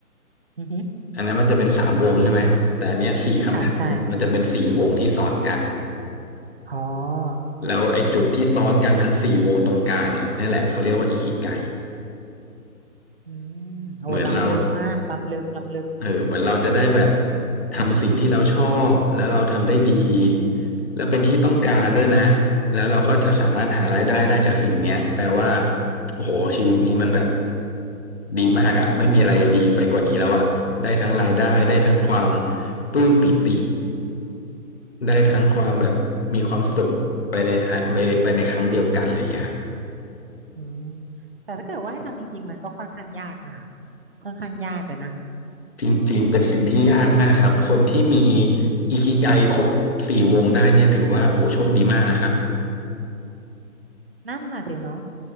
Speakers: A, on the right; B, on the left.
A: อือฮึ
B: อันนั้นมันจะเป็นสามวงใช่ไหมแต่อันเนี้ยสี่คำถามมันจะเป็นสี่วงที่ซ้อนกัน
A: ค่ะใช่ อ๋อ
B: แล้วไอ้จุดที่ซ้อนกันทั้งสี่วงตรงกลางเนี่ยนี่แหละเขาเรียกว่าอิคิไก
A: อืมโอ้ล้ำลึกมากล้ำลึกล้ำลึก
B: เหมือนเราเออเหมือนเราจะได้แบบทำสิ่งที่เราชอบแล้วเราทำได้ดีแล้วเป็นที่ต้องการด้วยนะแล้วเราก็จะสามารถหารายได้ได้จากสิ่งเนี้ยแปลว่าโอ้โหชีวิตนี้มันแบบดีมากอะไม่มีอะไรจะดีไปกว่านี้แล้วอะได้ทั้งรายได้ได้ทั้งความปลื้มปิติได้ทั้งความแบบมีความสุขไปในทางไปไปในครั้งเดียวกันอะไรอย่างเงี้ยครับ
A: อืมแต่ถ้าเกิดว่าให้ทำจริงๆ มันก็ค่อนข้างยากนะคะค่อนข้างยากเลยนะ
B: จริงๆเป็นสิ่งที่ยากมากครับคนที่มีอิคิไกครบสี่วงได้เนี่ยถือว่าโอ้โหโชคดีมากนะครับ
A: นั่นน่ะสิเนาะ